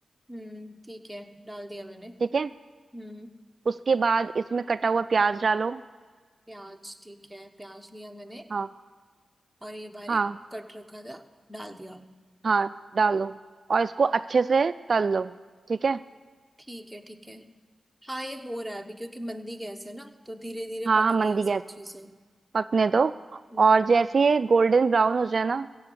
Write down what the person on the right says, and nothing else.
ठीक है
उसके बाद इसमें कटा हुआ प्याज डालो
हाँ
हाँ
हाँ डालो और इसको अच्छे से तल लो ठीक है
हाँ
हाँ
मंदी
गैस
है पकने दो
और जैसे ये गोल्डन ब्राउन हो जाए ना